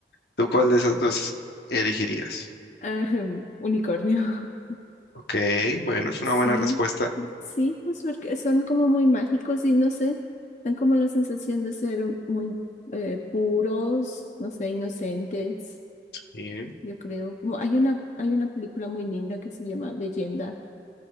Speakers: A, on the left (about 70°); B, on the left (about 40°).
A: ¿Tú cuál de esas dos elegirías?
B: Ajá, <laughs> unicornio.
A: Ok, bueno, es una
B: Sí,
A: buena respuesta.
B: sí, pues porque son como muy mágicos y no sé, dan como la sensación de ser muy eh, puros, no sé, inocentes,
A: Sí.
B: yo creo. Como hay una, hay una película muy linda que se llama Leyenda